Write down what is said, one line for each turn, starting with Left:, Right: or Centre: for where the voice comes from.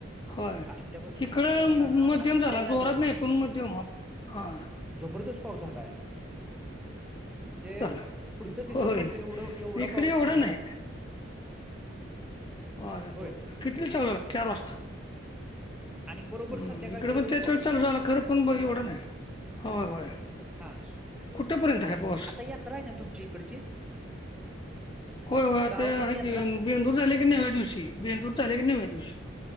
Left: होय
Centre: आष्ट्यापासून
Left: इकडं
Centre: पुढे येताना
Left: म-
Centre: ना,
Left: मध्यम
Centre: आष्ट्याच्या
Left: झाला जोरात
Centre: अलीकडं
Left: नाही पण मध्यम आपला हा
Centre: जबरदस्त पाऊस झालाय. म्हणजे,
Left: झाला
Centre: पुढचं दिसत
Left: होय
Centre: नव्हतं एवढं, एवढा
Left: इकडे
Centre: पाऊस
Left: एवढा
Centre: सुरू होता.
Left: नाही अरे
Centre: होय
Left: बाप रे! कितीला चालू झाला चार वाजता.
Centre: आणि बरोबर
Left: हम्म
Centre: संध्याकाळच्या
Left: इकडे
Centre: वेळी
Left: पण ते
Centre: पाऊस
Left: तर चाल झालं खरं पण ब एवढं नाही व्हय व्हय
Centre: हां,
Left: कुठपर्यंत हाय पाऊस?
Centre: यात्रा आहे ना तुमच्या इकडची.
Left: होय, होय, आता
Centre: गावाकडची
Left: हाय
Centre: यात्रा
Left: की, बेंदुर झाला की नवव्या दिवशी, बेंदुर झाला की नवव्या दिवशी.